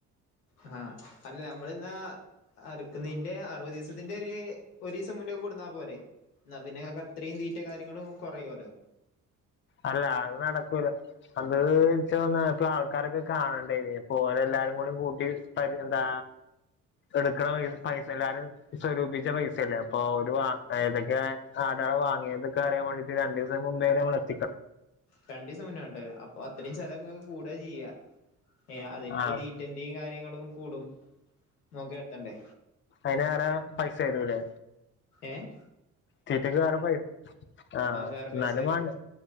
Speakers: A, on the left (about 75°); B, on the left (about 25°).
A: ആഹ് അല്ല നമ്മളിന്ന് അറുക്കുന്നതിന്റെ അറുപത് ദിവസത്തിന്റെ ഒരു ദിവസം മുന്നേ കൊണ്ടുവന്നാ പോരെ എന്നാ പിന്നെ ഞങ്ങക്ക് അത്രയും തീറ്റ കാര്യങ്ങളും കെറയുമല്ലോ
B: അല്ല അ നടക്കൂല അത്ച്ചോ ഇപ്പ ആൾക്കാരൊക്കെ കാണണ്ടായി പോലെ എല്ലാരും ഓളെ കൂട്ടി എന്താ എടുക്കണ പൈസ എല്ലാരും സ്വരൂപിച്ച പൈസയല്ലേ അപ്പൊ ഒരു ഏതൊക്കെ ആടാള വാങ്ങിയത് എനിക്ക് അറിയാൻ പാടി രണ്ട് ദിവസ മുമ്പേ നമ്മള് എടുക്ക
A: രണ്ടു ദിവസം മുന്നേ വേണ്ട അപ്പൊ അത്രയും സ്ഥലം നിങ്ങക്ക് കൂട്ടുകയാ ചെയ്യാ ഏഹ് അതിനുള്ള
B: ആ
A: തീറ്റന്റെ കാര്യങ്ങളും കൂടും നോക്കി നടത്തേണ്ടേ
B: അയിന് വേറെ പൈസ വരൂവല്ലേ
A: ഏഹ്
B: തീറ്റക്ക് വേറെ പൈസ ആഹ്
A: വേറെ
B: എന്നാലും
A: പൈസ വരും
B: വാണ്ടേ